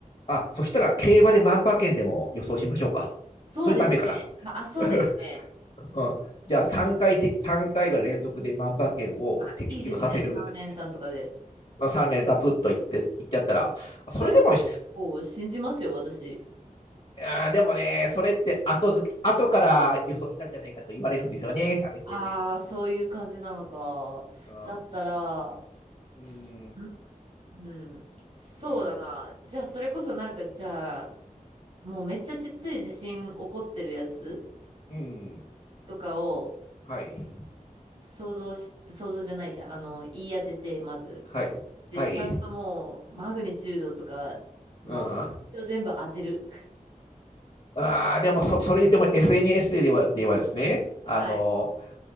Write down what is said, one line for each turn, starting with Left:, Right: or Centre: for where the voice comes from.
Left: あ、そしたら競馬で万馬券でも予想しましょうか。
Right: そうですね。
Left: それダメかな。
Right: あ、あそうですね。
Left: <laughs> うん、じゃあ3回て、3回が連続で万馬券を的中させるぐらい。
Right: あ、いいですね。3連単とかで。
Left: まあ、3連ガツッといって、いっちゃったら、
Right: それも結構信じますよ、
Left: それでもい
Right: 私。
Left: やーでもね、それって後付け、後から予想したんじゃないかとか言われるんですよね、あれ SNS
Right: ああ、
Left: で。
Right: そういう感じなのか。
Left: うん、
Right: だったら、
Left: うん、
Right: すうん、うん、そうだな。
Left: うん、
Right: じゃあ、それこそなんか、じゃあ、もうめっちゃちっちゃい地震起こってるやつ
Left: うん
Right: とかを
Left: はい、
Right: 想像し、想像じゃないや、あの、言い当てて、まず。
Left: はい、
Right: で、
Left: はい。
Right: ちゃんともう、マグニチュードとかの数字を全部当てる。
Left: うん、ああ、でもそ、それ言っても SNS では、ではですね、あのー
Right: はい。